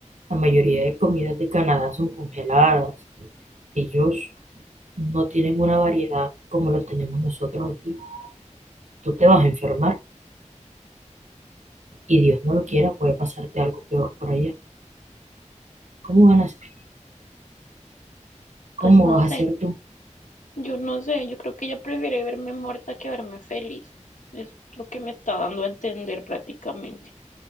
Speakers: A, on the right; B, on the left.
A: La mayoría de comidas de Canadá son congeladas. Ellos no tienen una variedad como lo tenemos nosotros aquí. Tú te vas a enfermar. y Dios no lo quiera, puede pasarte algo peor por allá. ¿Cómo van a hacer? ¿Cómo
B: Pues no
A: vas
B: sé.
A: a hacer tú?
B: Yo no sé, yo creo que ella prefiere verme muerta que verme feliz. Es lo que me está dando a entender prácticamente.